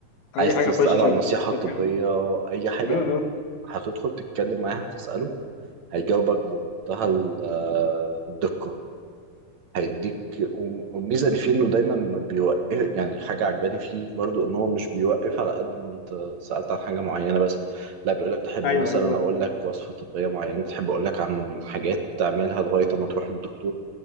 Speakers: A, on the left; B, on the right.
A: اي
B: عايز
A: حاجه
B: تساله
A: اخش اكتبها
B: عن النصيحه الطبيه
A: له
B: اي حاجه
A: اه اه
B: هتدخل تتكلم معاه هتساله هيجاوبك بمنتهى ال- آه، الدقه هيديك والميزه اللي فيه انه دايما ما بيوقف يعني حاجه عجباني فيه برضو ان هو مش بيوقف على قد ما انت سالت عن حاجه معينه بس لا بيقول لك تحب
A: ايوه
B: مثلا
A: ايوه
B: اقول لك وصفه طبيه معينه تحب اقول لك عن حاجات تعملها لغايه ما تروح للدكتور